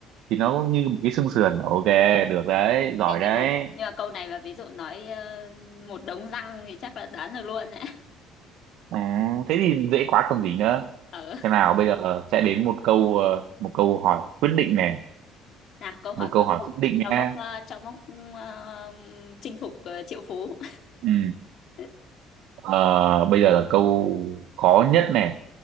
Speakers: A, on the right; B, on the left.
A: thì nó như một cái xương sườn ok được đấy giỏi
B: Ê,
A: đấy
B: nhưng mà nhưng mà câu này mà ví dụ nói ờ, một đống răng thì chắc là đoán được luôn đấy. <laughs>
A: ừ, thế thì dễ quá còn gì nữa
B: Ở
A: thế nào bây giờ sẽ đến một câu ờ, một câu hỏi quyết định này
B: nào câu hỏi
A: một câu
B: cuối
A: hỏi
B: cùng
A: quyết định
B: cho
A: nha
B: mốc ờ, cho mốc ờ, chinh phục ờ, triệu phú.
A: ừ.
B: <laughs>
A: ờ, bây giờ là câu khó nhất này